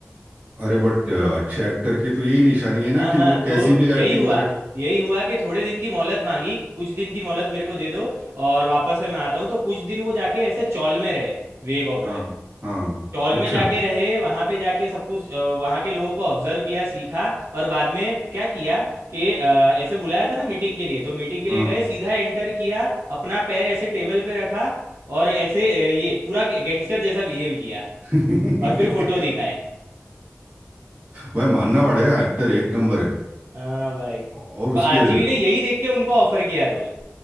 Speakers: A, on the right; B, on the right.
A: अरे बट अच्छे एक्टर की तो यही निशानी है ना
B: हाँ
A: कि
B: हाँ
A: वो
B: तो
A: कैसी भी
B: यही
A: एक्टिंग
B: हुआ
A: करे
B: यही हुआ कि थोड़े दिन की मोहलत मांगी कुछ दिन की मोहलत मेरे को दे दो और वापस से मैं आता हूँ तो कुछ दिन वो जाके ऐसे चौल में रहे विवेक ओबरॉय
A: हाँ हाँ
B: चौल
A: अच्छा
B: में जाके रहे वहाँ पे जाके सब कुछ अ, वहाँ के लोगों को ऑब्जर्व किया सीखा और बाद में क्या किया कि अ, ऐसे बुलाया था ना मीटिंग के लिए तो मीटिंग के
A: हाँ
B: लिए गए सीधा एंटर किया अपना पैर ऐसे टेबल पे रखा और ऐसे अ, ये पूरा गैंगस्टर जैसा बिहेव किया
A: <laughs>
B: और फिर फोटो दिखाए
A: भाई मानना पड़ेगा एक्टर एक नंबर है
B: हाँ भाई
A: औ- और उसके
B: तो आरजीवी ने यही देख के उनको ऑफर किया रोल